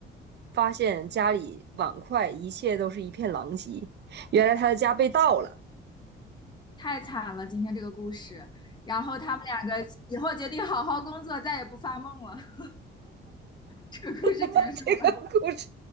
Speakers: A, on the right (about 60°); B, on the left (about 20°).
A: 发现家里碗筷一切都是一片狼藉，原来她的家被盗了。
B: 太惨了，今天这个故事。然后他们两个以后决定好好工作，再也不发梦了。<laughs> 这个故事结束了。
A: <laughs> 这个故事，